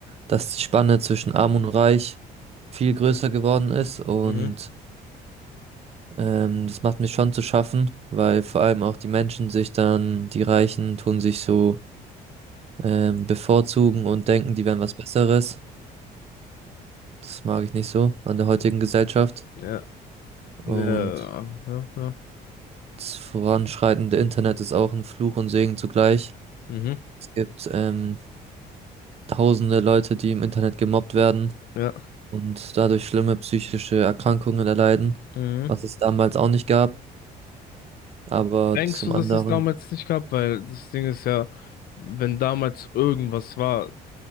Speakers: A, on the right; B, on the left.
A: dass die Spanne zwischen Arm und Reich viel größer geworden ist und
B: Mhm.
A: ähm, das macht mir schon zu schaffen, weil vor allem auch die Menschen sich dann, die Reichen tun sich so ähm, bevorzugen und denken, die wären was Besseres. Das mag ich nicht so an der heutigen Gesellschaft.
B: Ja, ja,
A: Und
B: ja, ja,
A: das voranschreitende Internet ist auch ein Fluch und Segen zugleich.
B: Mhm.
A: Es gibt ähm, tausende Leute, die im Internet gemobbt werden
B: ja.
A: und dadurch schlimme psychische Erkrankungen erleiden,
B: Mhm.
A: was es damals auch nicht gab. Aber
B: Denkst
A: zum
B: du,
A: anderen,
B: dass es damals nicht gab? Weil das Ding ist ja, wenn damals irgendwas war,